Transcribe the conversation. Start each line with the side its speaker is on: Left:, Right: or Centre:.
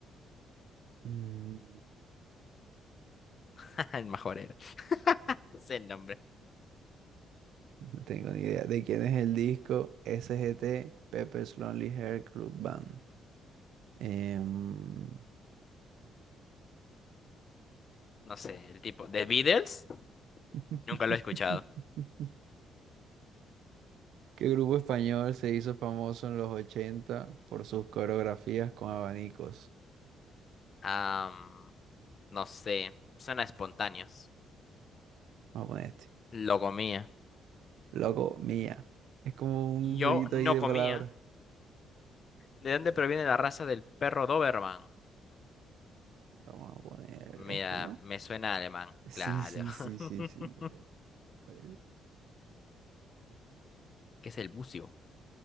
Right: Mm,
Left: <laughs> El mejor era. Sé el nombre.
Right: no tengo ni idea. ¿De quién es el disco SGT Pepper's Lonely Heart Club Band? Em,
Left: No sé, el tipo. ¿The Beatles?
Right: <laughs>
Left: Nunca lo he escuchado.
Right: ¿Qué grupo español se hizo famoso en los 80 por sus coreografías con abanicos?
Left: Am, no sé. Suena espontáneos.
Right: Vamos a poner este.
Left: Lo comía.
Right: Loco, mía. Es como un
Left: Yo
Right: jueguito
Left: no
Right: ahí de
Left: comía.
Right: palabras.
Left: ¿De dónde proviene la raza del perro Doberman?
Right: Vamos a poner
Left: Mira,
Right: este, ¿no?
Left: me suena a alemán.
Right: Sí,
Left: Claro.
Right: sí, sí, sí,
Left: <laughs>
Right: sí. ¿qué tal parece?
Left: ¿Qué es el bucio?